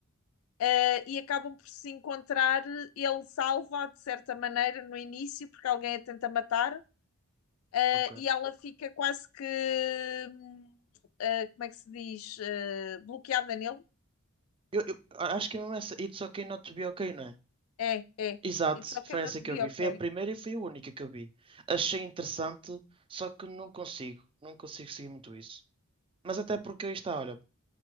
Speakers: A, on the left (about 70°); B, on the right (about 25°).
A: Ah, e acabam por se encontrar. Ele salva de certa maneira no início, porque alguém a tenta matar, ah,
B: Ok.
A: e ela fica quase que, hum, ah, como é que se diz, Ah, bloqueada nele
B: Eu, eu acho que é mesmo essa. It's okay not to be okay, não é?
A: É, é.
B: Exato.
A: It's okay
B: Foi essa
A: not to
B: que
A: be
B: eu vi.
A: okay.
B: Foi a primeira e foi a única que eu vi. Achei interessante, só que não consigo. Não consigo seguir muito isso. Mas até porque aí está, olha.